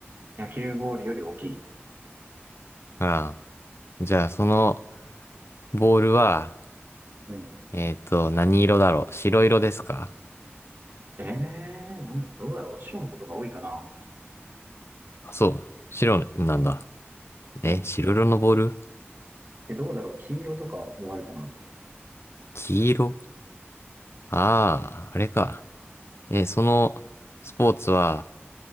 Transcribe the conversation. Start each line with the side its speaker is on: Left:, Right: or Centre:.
Right: 野球ボールより大きい。
Left: ああ。じゃあ、そのボールは、
Right: うん。
Left: えっと、何色だろう白色ですか
Right: ええー、なんどうだろう白のことが多いかな。
Left: あ、そう。白なんだ。
Right: うん。うん。
Left: え、白色のボール
Right: え、どうだろう黄色とかもあるかな
Left: 黄色ああー、あれか。え、そのスポーツは、